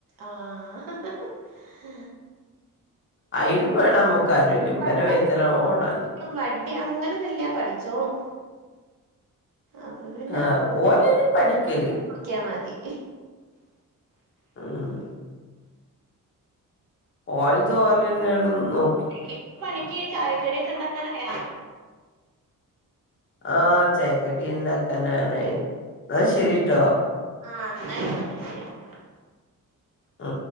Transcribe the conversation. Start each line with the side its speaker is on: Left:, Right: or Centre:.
Right: ആ ഹ ഹ
Left: അയ്നും വേണംനമ്ക്ക് ആരോഗ്യം
Right: കൊഴപ്പ
Left: ഇബലെ വൈത്താലെ ഓടാന്
Right: വടി അങ്ങനൊന്നുല്ല പഠിച്ചോളും അപ്പൊ പിന്നെ
Left: അം ഓലൈന് പഠിക്കല്
Right: നോക്കിയാ മതി
Left: മ് ഓല്ത് ഓലന്നെണ്നോ
Right: ഇ പ്പണിക്ക് ചായക്കടിയൊക്കെണ്ടാക്കാനായോ
Left: ആ ചേക്കടി ഉണ്ടാക്കാനാണെ ന്നാ
Right: ആ
Left: ശെരിട്ടോ
Right: ആ ന്നാ ആയിക്കോട്ടെ ശെരി
Left: മ്